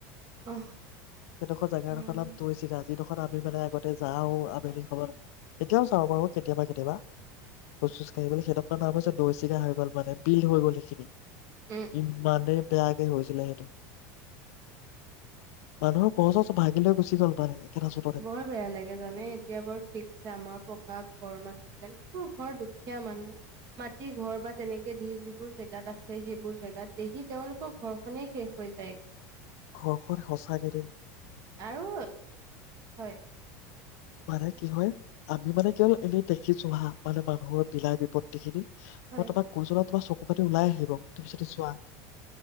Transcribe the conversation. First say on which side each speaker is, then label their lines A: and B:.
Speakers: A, on the right (about 45°); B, on the left (about 70°).
A: অহ,
B: সেইডোখৰ জেগাডোখৰ
A: উম,
B: নাম দৈ চিগা চিগা আমি মানে আগতে যাও আবেলিখনত এতিয়াও জানো বাৰু কেতিয়াবা কেতিয়াবা খোজ চোজ কাঢ়িব সেই নাম হৈছে দৈ চিঙা হৈ গল মানে বিল হৈ গল সেইখিনি
A: উম,
B: ইমানেই
A: উম।
B: বেয়াকে হৈছিলে সেইটো মানুহৰ ঘৰ‌‌ চৰ ভাগি লৈ গুচি গ'ল মানে একেটা চুটতে।
A: বৰ বেয়া লাগে জানে এতিয়া বৰ ঠিক আছে আমাৰ পকা ঘৰ মানুহ বিলাক যিবোৰ ঘৰ দুখীয়া মানুহ মাটি ঘৰ বা তেনেকে দি যিবোৰ জেগাত আছে সেইবোৰ জেগাত দেহি তেওঁলোকৰ ঘৰখনেই শেষ হৈ যায়গৈ
B: ঘৰখন সঁচাকেদে
A: আৰু হয়
B: মানে কি হয় আমি মানে কেৱল এনেই দেখিছো হা মানে মানুহৰ বিলাই বিপত্তি খিনি
A: হয়,
B: মই তোমাক
A: হয়।
B: কৈ যায় তোমাৰ চকু পাতি ওলাই আহিব তুমি যদি চোৱা